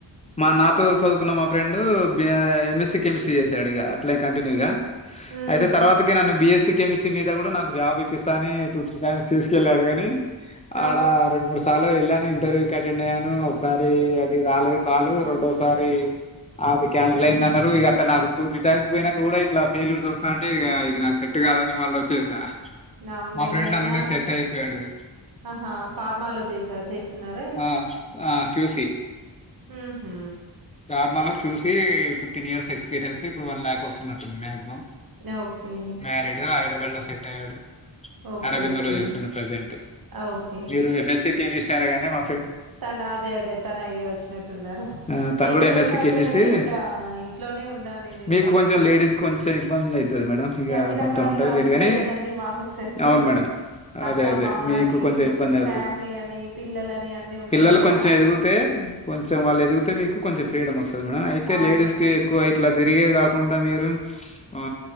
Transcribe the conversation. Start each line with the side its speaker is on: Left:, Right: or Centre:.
Left: మా తో చదువుకున్న మా friend M S C chemistry చేసాడు ఇగా అట్లే కంటిన్యూగా.
Right: హ్మ్
Left: అయితే తర్వాతకి నను బిఎస్సి కెమిస్ట్ర మీద కూడా నాకు జాబ్ ఇపిస్తాని టూ త్రీ టైమ్స్ తీసుకెళ్లాడు కాని
Right: ఆ
Left: ఆడ రెండు మూడు సలో వెళ్ళాను ఇంటర్వ్యూకి అటెండ్ అయ్యాను ఒకసారి అది రాలేదు కాలు రెండోసారి అది కాన్సిల్ అయిందంటారు ఎట్ట నాకు టూ త్రీ టైమ్స్ పోయినాక కూడా ఇట్లా ఫెల్యూర్స్ వస్తావుంటే ఇది నాకు సెట్ కాదని మళ్ళ వచ్చేసా
Right: అవునులేండి
Left: మా ఫ్రెండ్
Right: అయినా
Left: అలానే సెట్ అయిపోయాడు
Right: ఆహా ఫార్మాలో చేసా చేస్తున్నారా
Left: ఆ ఆ క్యూసి
Right: ఉ హు
Left: ఫార్మాలో క్యూసి ఫిఫ్టీన్ ఇయర్స్ ఎక్స్పీరియన్స్ ఇప్పుడు వన్ ల్యాక్ వస్తున్నట్టుంది మాక్సిమం
Right: రో ఓకే
Left: మ్యారీడ్ హైదరాబాద్ లో సెట్ అయ్యాడు
Right: ఓకే
Left: అరబిందోలో
Right: ఓకే
Left: చేస్తుండు ప్రజెంట్
Right: ఓకే
Left: మీరు ఎంఎస్సీ కెమి సరేగాని మ
Right: తన అదే అదే తన ఐడియా వచ్చినట్టున్నారు
Left: ఆ తను
Right: నేను
Left: కూడా ఎంఎస్సి
Right: చేశాండి
Left: కెమిస్ట్రీ
Right: కానీ ఇంకా ఇంట్లోనే ఉండా నేను ఇంకా
Left: మీకు కొంచెం లేడీస్ కొంచెం ఇబ్బంది అయితుది మేడం ఇగ
Right: అన్ని
Left: కొంత
Right: రకాలుగా
Left: ఉంట లేట్గాని
Right: ఉంటాయి కదండి మాకు స్ట్రెస్
Left: అవును మేడం
Right: అత్త
Left: అదే అదే
Right: మామ
Left: మీకు
Right: అని
Left: కొంచెం
Right: ఇటు
Left: ఇబ్బంది అవుతది,
Right: ఫ్యామిలీ అని పిల్లలని అన్ని ఉంటాయి
Left: పిల్లలు
Right: కదా
Left: కొంచెం ఎదిగితే కొంచెం వాళ్ళు ఎదిగితే మీకు కొంచెం ఫ్రీడమ్ వస్తుంది మేడమ్ అయితే
Right: అవును
Left: లేడీస్ కి ఎక్కువ ఇ ఇలా తిరిగే కాకుండా మీరు ఆ